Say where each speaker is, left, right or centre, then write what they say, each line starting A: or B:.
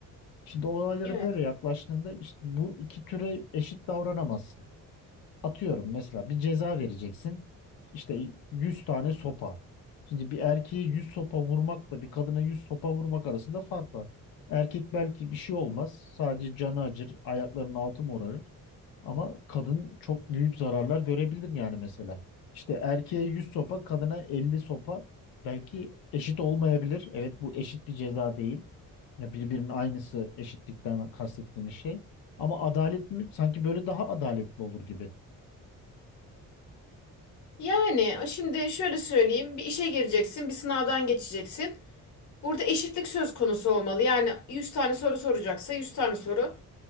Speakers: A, on the left; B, on the left.
A: Şimdi olaylara
B: Evet.
A: böyle yaklaştığında işte bu iki türe eşit davranamazsın. Atıyorum mesela bir ceza vereceksin. İşte 100 tane sopa. Şimdi bir erkeğe 100 sopa vurmakla bir kadına 100 sopa vurmak arasında fark var. Erkek belki bir şey olmaz. Sadece canı acır, ayaklarının altı morarır. Ama kadın çok büyük zararlar görebilir yani mesela. İşte erkeğe 100 sopa, kadına 50 sopa belki eşit olmayabilir. Evet bu eşit bir ceza değil. Ya birbirinin aynısı eşitlikten kastettiğimiz şey. Ama adalet mi? Sanki böyle daha adaletli olur gibi.
B: Yani e, şimdi şöyle söyleyeyim. Bir işe gireceksin, bir sınavdan geçeceksin. Burada eşitlik söz konusu olmalı. Yani 100 tane soru soracaksa 100 tane soru